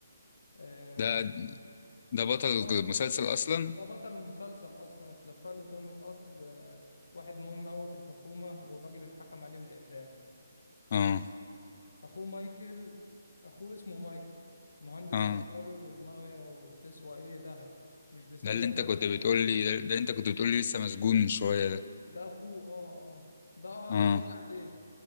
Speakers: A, on the left; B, on the left.
A: آه,
B: ده ده بطل
A: اه
B: المسلسل اصلا
A: ده بطل المسلسل اصلا اتلفى له تهمة قتل آه واحد مهم قوي في الحكومة والراجل اتحكم عليه بالإعدام
B: اه
A: اخوه مايكل اخوه اسمه مايكل مهندس
B: اه
A: عبقري ودماغه وتسوى ايه ذهب مش بيصدق
B: ده اللي انت
A: ان
B: كنت
A: اخوه
B: بتقول لي ده اللي انت كنت بتقول لي لسه مسجون من شويه ده
A: ده اخوه اه اه ده اه
B: اه
A: اللي قلنا عليه